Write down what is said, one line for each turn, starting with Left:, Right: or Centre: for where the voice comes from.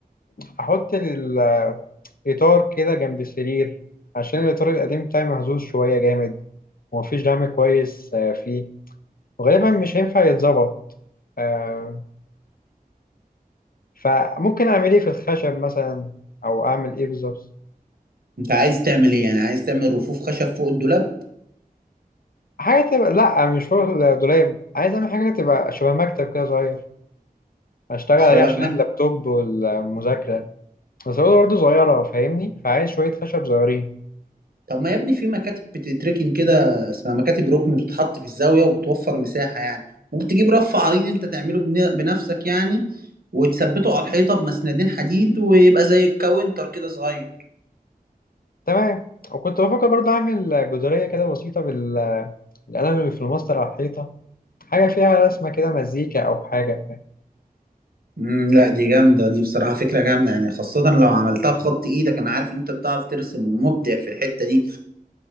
Left: احط الاطار كده جنب السرير عشان الاطار القديم بتاعي مهزوز شويه جامد ومفيش دعم كويس آه، فيه وغالبا مش هينفع يتظبط آه، فممكن اعمل ايه في الخشب مثلا او اعمل ايه بالظبط
Right: انت عايز تعمل ايه يعني عايز تعمل رفوف خشب فوق الدولاب
Left: حاجه تبقى لا مش شغل دولاب عايز اعمل حاجه تبقى شبه مكتب كده صغير اشتغل
Right: شبه
Left: عليه عشان اللابتوب والمذاكره بس هو برضه صغيره فاهمني فعايز شويه خشب صغيرين
Right: طب ما يا ابني في مكاتب بتتركن كده اسمها مكاتب ركن بتتحط في الزاوية وبتوفر مساحة يعني ممكن تجيب رف عريض انت تعمله بن- بنفسك يعني وتثبته على الحيطة بمسندين حديد ويبقى زي الكاونتر كده صغير
Left: تمام وكنت بفكر برضه اعمل جداريه كده بسيطه بال القلم اللي في الماستر على الحيطة حاجة فيها رسمة كده مزيكا أو حاجة
Right: امم لا دي جامدة دي بصراحة فكرة جامدة يعني خاصة لو عملتها بخط ايدك انا عارف ان انت بتعرف ترسم ومبدع في الحتة دي